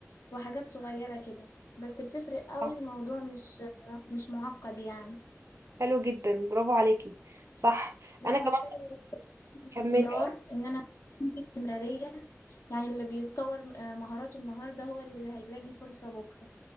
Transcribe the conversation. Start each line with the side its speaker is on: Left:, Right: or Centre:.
Left: وحاجات صغيرة كده بس بتفرق قوي
Right: صح.
Left: الموضوع مش مش معقد يعني
Right: حلو جدا برافو عليكي صح
Left: بس
Right: انا كمان
Left: محتاجة استمرار
Right: كملي اه
Left: ان انا أكون في استمرارية يعني اللي بيتطور آه، مهاراته النهاردة هو اللي هيلاقي فرصة بكرة